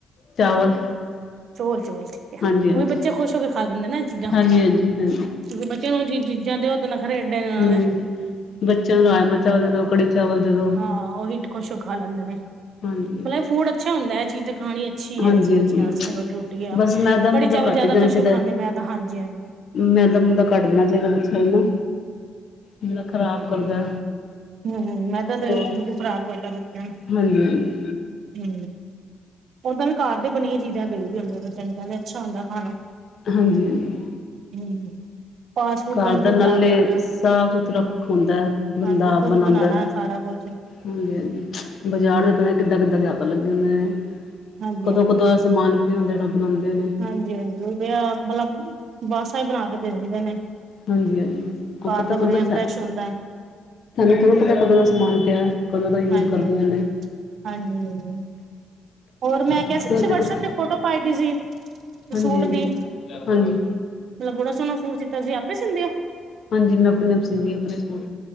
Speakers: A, on the left (about 60°); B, on the right (about 65°).
A: ਚਾਵਲ।
B: ਚੋਲ, ਚੋਲ ਠੀਕ ਹੈ,
A: ਹਾਂਜੀ ਹਾਂਜੀ
B: ਉਹ ਵੀ ਬੱਚੇ ਖੁਸ਼ ਹੋ ਕੇ ਖਾ ਲੈਂਦੇ ਨਾ ਚੀਜ਼ਾਂ,
A: ਹਾਂਜੀ ਹਾਂਜੀ ਹਾਂਜੀ
B: ਕਿਉਂਕਿ ਤੇ ਏਹੋ ਜੀ ਚੀਜ਼ਾਂ ਦੇ, ਔ ਤੇ ਐਡੇ ਨਖਰੇ ਇੰਨਾ
A: ਹਮ
B: ਦੇ।
A: ਬੱਚਿਆਂ ਨੂੰ ਰਾਜਮ- ਚਾਵਲ ਦੇ ਦੋ, ਕੜੀ- ਚਾਵਲ ਦੇ ਦੋ।
B: ਹਾਂ ਉਹੀ ਖੁਸ਼ ਹੋ ਖਾ ਲੈਂਦੇ ਨੇ
A: ਹਾਂਜੀ।
B: ਫੂਡ ਅੱਛਾ ਹੁੰਦਾ, ਇਹ ਚੀਜ਼ ਖਾਣੀ ਅੱਛੀ
A: ਹਾਂਜੀ
B: ਆ ਵੈਸੇ ਬੱਚਿਆਂ
A: ਹਾਂਜੀ
B: ਵਾਸਤੇ ਰੋਟੀ ਰੁਟੀ ਆ,
A: ਬਸ ਮੈਦਾ ਮੂਦਾ
B: ਕੜੀ ਚਾਵਲ
A: ਘੱਟ
B: ਜਿਆਦਾ
A: ਹੀ ਦੇਣਾ
B: ਖੁਸ਼
A: ਚਾਹੀਦਾ
B: ਕੇ ਖਾਂਦੇ, ਮੈਂ ਤਾਂ ਹਾਂਜੀ ਹਾਂ।
A: ਮੈਦਾ ਮੂਦਾ ਘੱਟ ਦੇਣਾ ਚਾਹੀਦਾ ਬੱਚਿਆਂ ਨੂੰ ਜਿਹੜਾ ਖ਼ਰਾਬ ਕਰਦਾ।
B: ਹੂ, ਮੈਦਾ
A: ਹੋਰ
B: ਤਾ ਉਂਝ
A: ਹਾਂਜੀ
B: ਖ਼ਰਾਬ ਕਰਦਾ ਬੱਚਿਆਂ ਨੂੰ।
A: ਹਾਂਜੀ
B: ਹੂ, ਔਦਾਂ ਵੀ ਘਰ ਦੀ ਬਣੀਆਂ ਚੀਜ਼ਾਂ ਦੇਈ ਦੀ ਹੁੰਦੀਆਂ ਬੱਚਿਆਂ ਨੂੰ, ਕਹਿੰਦੇ ਅੱਛਾ ਹੁੰਦਾ ਖਾਣਾ।
A: ਹਾਂਜੀ-ਹਾਂਜੀ।
B: ਹੂ, ਫਾਸਟ ਫੂਡ
A: ਘਰ
B: ਤਾਂ ਉਂਝ
A: ਦਾ
B: ਹੀ
A: ਨਾਲੇ
B: ਖ਼ਰਾਬ ਕਰਦਾ।
A: ਸਾਫ਼ ਸੁਥਰਾ ਹੁੰਦਾ। ਬੰਦਾ
B: ਹਾਂਜੀ
A: ਆਪ
B: ਖੁਦ
A: ਬਣਾਉਂਦਾ,
B: ਬਣਾਉਣਾ ਸਾਰਾ ਕੁਛ
A: ਹਾਂਜੀ-ਹਾਂਜੀ, ਬਾਜ਼ਾਰ
B: ਹਮ
A: ਦੇ ਪਤਾ ਨੀ। ਕਿੱਦਾਂ-ਕਿੱਦਾਂ ਦੇ ਹੱਥ ਲੱਗੇ ਹੁੰਦੇ ਨੇ,
B: ਹਾਂਜੀ
A: ਕਦੋਂ-ਕਦੋਂ ਦਾ ਸਮਾਨ ਪਯਾ ਹੁੰਦਾ ਜਿਹੜਾ ਬਣਾਉਂਦੇ ਨੇ।
B: ਹਾਂਜੀ-ਹਾਂਜੀ ਉਹ ਭਇਆ, ਮਤਲਬ ਬਾਸਾ ਹੀ ਬਣਾ ਕੇ ਦੇ ਦਿੰਦੇ ਨੇ।
A: ਹਾਂਜੀ-ਹਾਂਜੀ ਉਹ ਕੁ
B: ਘਰ
A: ਪਤਾ
B: ਦਾ
A: ਥੋੜ੍ਹੀ
B: ਬਣਿਆ
A: ਲਗਦਾ,
B: ਫਰੈਸ਼ ਹੁੰਦਾ
A: ਕੀ ਪਤਾ ਕਦੋਂ ਦਾ ਸਾਮਾਨ ਪਿਆ। ਕਦੋਂ ਦਾ
B: ਹਾਂਜੀ
A: ਯੂਜ ਕਰਦਿਆਂ
B: ਹਾਂਜੀ
A: ਨੇ।
B: ਹਾਂਜੀ, ਹੋਰ ਮੈਂ ਕਿਹਾ
A: ਹਾਂਜੀ
B: ਸੀ ਤੁਸੀਂ ਵੱਟਸਐਪ ਤੇ ਫੋਟੋ ਪਾਈ ਦੀ ਸੀ।
A: ਹਾਂਜੀ-ਹਾਂਜੀ-ਹਾਂਜੀ।
B: ਸੂਟ ਦੀ ਮਤਲਬ ਬੜਾ ਸੋਹਣਾ ਸੂਟ ਸੀਤਾ ਸੀ, ਆਪੇ ਸੀਂਦੇ ਹੋ।
A: ਹਾਂਜੀ, ਮੈਂ ਆਪਣੇ ਆਪ ਸੀਂਦੀ, ਆਪਣੇ ਸੂਟ।